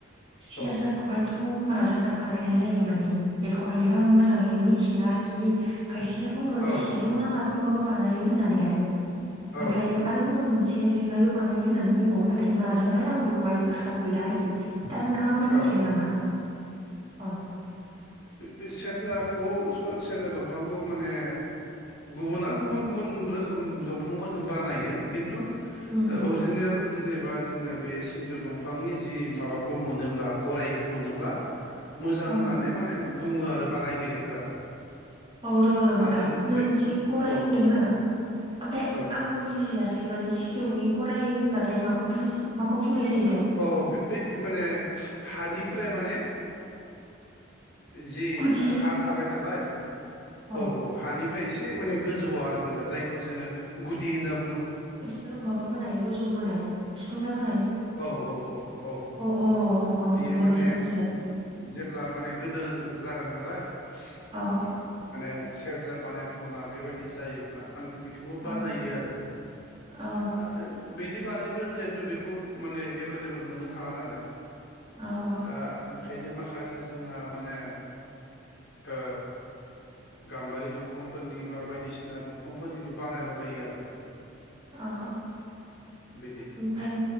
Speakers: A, on the right; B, on the left.
A: सेरजाखौहाय
B: औ
A: खौ' माजोंहाय बानायनाय जायो माने बेखौहायो आं मोजाङै मिथिया आरोखि खायसेया बुङो
B: औ
A: सिजौ
B: औ
A: ना माजोंबाबो बानायो होननानैहाय
B: औ
A: ओमफ्रायो आरो गुबुन मोनसे जेजोंहायबो बानायो होननानै बुंबावो नाथाय माजोंहाय आं बेखौहाय गोसोआव गैला आरोखि दा नोंथाङा मिथियो
B: औ औ
A: नामा औ
B: बे सेरजाखौ सेरजा दंफांखौ माने गुबुना गुबुन गुबुन रोखोम दंफांफोरजों बानायो खिन्थु
A: उम उम
B: अरिजिनेल जेनेबा जोङो बे सिजौ दंफांनि जि माबाखौ मोनोबा ला गरायखौ मोनोब्ला मोजां
A: औ
B: होननानै माने बुङो आरो बानायगिरिफोरा
A: औ र' र' नोंथां
B: आरो
A: नों
B: बे
A: जि गराय
B: औ
A: होनदोंनाा ओमफ्राय
B: औ
A: आं बुजियासै मफ्राय माने सिजौनि गराइ होनबाथाय माखौ माखौ बुंनाय जायो।
B: औ औ बे माने हानिफ्राय माने जि
A: गुदि
B: हा थाबाय नालाय औ
A: अ
B: औ हानि बेफ्राय एसे माने गोजौवआ आरो जेनेबा जायखौ जोङो गुदि होनना बुङोब्ला
A: बिदि माबाबोनाय रज' बोनाय बिफां जाबोनाय।
B: औ औ औ औ
A: अ अ अ
B: बेयो
A: दिनैसो
B: माने
A: मोनथिबाय
B: जेब्ला माने गोदोर जागोन नालाय
A: अ
B: माने सेरजा बानायथावना बेबायदि जायोब्ला माने बेखौबो
A: औ
B: बानायो आरो
A: औ
B: आरो बेनि बारिबो जिहेथु बेखौ माने एभेलेबल मोननो थाङा नालाय
A: औ
B: दा ओंखायनो माखासे जोंहा माने ओ गाम्बारि दंफांफोरनि बा बायदिसिना दंफांफोरनिबो बानायलाबायो आरो
A: अ
B: बिदि
A: ओमफ्राय